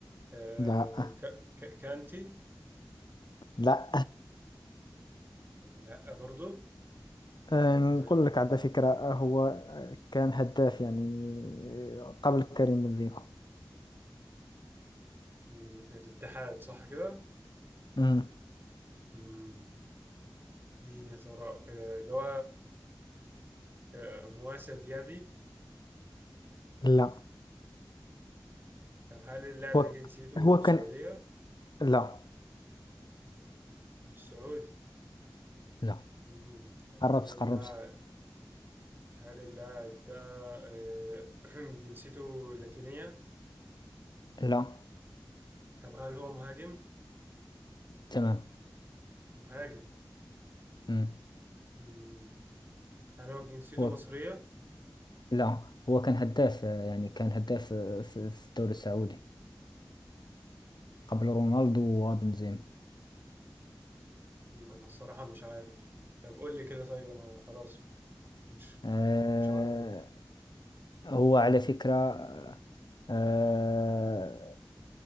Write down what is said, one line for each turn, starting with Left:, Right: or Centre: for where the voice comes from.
Right: آه،
Left: لا
Right: ك- ك- كانتي
Left: لا
Right: لا برضو
Left: آه، نقول
Right: وفي ال...
Left: لك على فكرة آه، هو آه، كان هداف يعني آه، قبل كريم بنزيما
Right: مم، الاتحاد صح كده؟
Left: أمم،
Right: مم، مين يا ترى؟ آه، اللي هو آه، مواسى ديابي
Left: لا
Right: طب هل اللاعب
Left: هو
Right: ده جنسيته
Left: هو
Right: سعودية؟
Left: كان لا
Right: مش سعودي
Left: لا
Right: مم، طب
Left: قربت
Right: هل اللاعب
Left: قربت
Right: هل اللاعب ده آه، <clears throat> جنسيته لاتينية؟
Left: لا
Right: طب هل هو مهاجم؟
Left: تمام
Right: مهاجم
Left: أمم،
Right: مم، هل هو جنسيته
Left: هو
Right: مصرية؟
Left: لا هو كان هداف آه، يعني كان هداف آه، في في الدوري السعودي قبل رونالدو وبنزيما
Right: مم، أنا الصراحة مش عارف طب قول لي كده طيب أنا خلاص مش
Left: آه،
Right: مش عارف إيه
Left: هو على فكرة آه، آه،